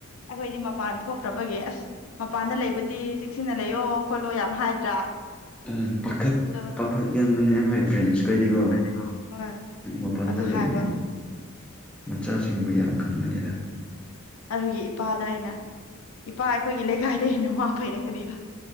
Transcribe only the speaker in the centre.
ꯎꯝ ꯄꯥꯈꯠ
ꯄꯥꯈꯠ ꯌꯥꯟꯕꯅꯦ ꯍꯣꯏ ꯄꯦꯔꯦꯟꯁ ꯈꯣꯏꯗꯤꯒꯣ
ꯎꯝ ꯃꯄꯥꯟꯗ
ꯂꯩꯔꯗꯤ
ꯃꯆꯥꯁꯤꯡꯕꯨ ꯌꯥꯝ ꯈꯟꯕꯅꯤꯗ